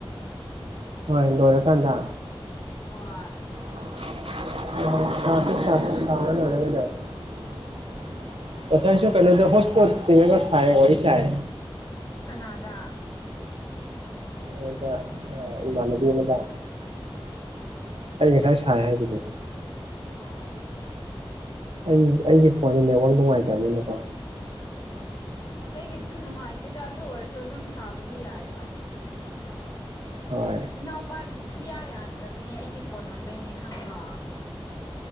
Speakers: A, on the right (about 75°); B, on the left (about 35°).
A: ꯍꯣꯏ
B: ꯑꯗꯨꯗ
A: ꯂꯣꯏꯔꯀꯥꯟꯗ
B: ꯐꯖꯟ ꯆꯠ ꯍꯣꯏ
A: <unintelligible>
B: <unintelligible>
A: ꯉꯁꯥꯏꯁꯨ ꯀꯩꯅꯣꯗ ꯍꯣꯠꯁꯄꯣꯠ ꯆꯤꯡꯉꯒ ꯁꯥꯏ ꯋꯥꯔꯤ ꯁꯥꯏ
B: ꯀꯅꯥꯗꯥ
A: ꯑꯗꯨꯗ ꯑꯥ ꯏꯃꯥꯟꯅꯕꯤ ꯑꯃꯥꯗ
B: ꯑꯣ
A: ꯑꯩ ꯉꯁꯥꯏ ꯁꯥꯏ ꯍꯥꯏꯗꯨꯗꯤ
B: ꯑꯣ ꯑꯣ ꯑꯣ
A: ꯑꯩ ꯑꯩꯒꯤ ꯐꯣꯟꯁꯦ ꯅꯦꯠꯋꯥꯛ ꯅꯨꯡꯉꯥꯏꯇꯝꯅꯤꯅꯀꯣ
B: ꯎꯝ ꯑꯩꯒꯤꯁꯨ ꯅꯨꯡꯉꯥꯏꯇꯦꯗ ꯑꯗꯨ ꯑꯣꯏꯔꯁꯨ ꯑꯗꯨꯝ ꯁꯥꯕꯗꯤ ꯌꯥꯏꯕ
A: ꯍꯣꯏ
B: ꯏꯅꯥꯎꯄꯥꯒꯤꯗꯤ ꯁꯨꯞꯌꯥ ꯌꯥꯗ꯭ꯔꯕꯅꯦ ꯑꯩꯒꯤ ꯐꯣꯟ ꯑꯣꯏꯕꯩꯅꯦ ꯈꯪꯕ꯭ꯔꯣ